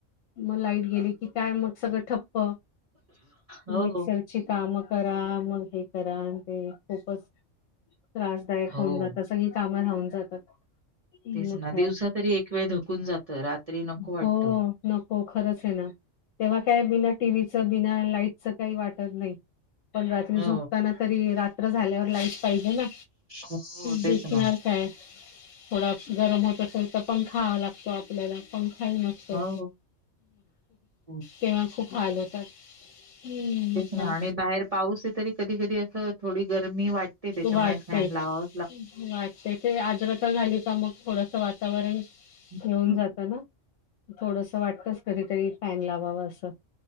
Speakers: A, on the left; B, on the right.
A: मग लाईट गेली की काय मग सगळं ठप्प.
B: हो
A: मिक्सरची
B: हो
A: कामं करा मग हे करा आणि ते खूपच त्रासदायक
B: हो
A: होऊन जातात सगळी कामं राहून जातात. मग
B: तेच ना
A: काय
B: दिवसा तरी एक वेळ धकून जात रात्री नको वाटतं.
A: हो नको खरंच आहे ना तेव्हा काय बिना टी व्ही चं बिना लाईटच काही वाटत नाही. पण रात्री
B: हो
A: झोपताना तरी रात्र झाल्यावर लाईट पाहिजे ना
B: हो तेच
A: दिसणार
B: ना
A: काय, थोडा गरम होत असेल तर पंखा हवा लागतो आपल्याला पंखाही नसतो.
B: हो. हो,
A: तेव्हा खूप हाल होतात. हम्म
B: तेच
A: मग
B: ना
A: काय
B: आणि बाहेर पाऊस आहे तरी कधी कधी असं थोडी गरमी वाटते त्याच्यामुळे
A: वाटते
B: फॅन लावा.
A: वाटते ते आजर तर झाली का मग थोडस वातावरण
B: हम्म.
A: येऊन जात ना थोडस वाटतस कधीतरी फॅन लावावं असं.